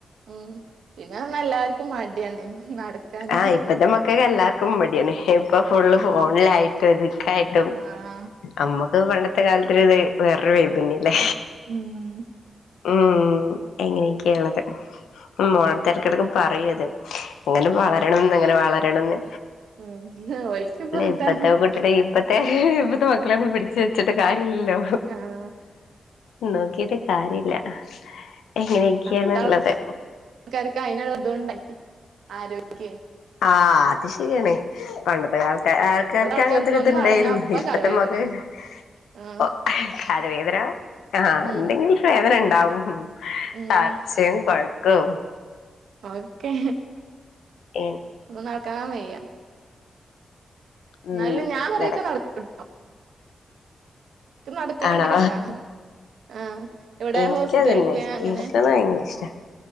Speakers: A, on the right; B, on the left.
A: ഉം പിന്നെ എല്ലാവർക്കും മടിയാണ് നടക്കാന്
B: ആ ഇപ്പത്തെ മക്കക്കെല്ലാർക്കും മടിയാണ് ഇപ്പൊ ഫുള്ള്
A: ഉം
B: ഫോണിലായിട്ടും ഇതക്കായിട്ടും
A: ആഹ്
B: നമ്മ തും പണ്ടത്തെ കാലത്തിലത് വേറൊരു വൈബന്നേ. ല്ലേ
A: ഉം
B: ഉം എങ്ങനെയെക്കെയ ഉള്ളത്. മോളെത്തെടക്കിടക്ക് പറയാം അത് അങ്ങ് -
A: ആഹ്
B: വളരണമെന്ന് അങ്ങനെ വള രണംന്ന്
A: ഉം ഓൽക്ക്പ്പൊ
B: ഇപ്പത്തെ
A: <unintelligible>
B: കുട്ടികളെ ഇപ്പത്തെ ഇപ്പത്തെ മക്കളെ ഒന്ന് പിടിച്ച് വെച്ചിട്ട് കാരി ഇല്ലോ
A: ആഹ്
B: നോക്കീട്ട് കാര്യല്ല. എങ്ങനെയൊക്കെയാണ്ള്ളത്
A: അന്നത്തെ ആൾക്കാർക്ക് അയിനുള്ള ഇതും ഉണ്ടായിനി ആരോഗ്യേ
B: ആ അത് ശരിയാണ് പണ്ടത്തെ കാല ട്ട ആൾക്കാർക്ക്
A: ഇപ്പത്തെ
B: അങ്ങനഞ്ഞ ഒരിത്ണ്ടായിരുന്നു
A: ഒന്ന് നടന്നാ അപ്പ
B: ഇപ്പത്തെ
A: കാലുവേദന
B: മക്കക്ക്
A: ആഹ്
B: ഒ ആരോഗ്യപരാ ആ
A: ഉം
B: എന്തെങ്കിലും ഒരു വേദനി ണ്ടാവും.
A: ഉം
B: തർച്ചേം കൊ <unintelligible>
A: ഓക്കെ.
B: ഇൻ
A: ഒന്ന് നടക്കാൻ വയ്യ. എന്നാലും
B: ഉം
A: ഞാൻ കുറേയൊക്കെ
B: നടക്ക
A: നടക്കൂട്ടോ. ഇക്ക് നടക്കണ
B: ആണോ
A: ഭയങ്കര ഇഷ്ടാ ആഹ് ഇവിടെ
B: എനിക്കതന്നെ
A: ഹോസ്പിറ്റൽക്ക് അങ്ങനെ
B: നടക്കുന്നത് ഭയങ്കര ഇഷ്ട്ടാ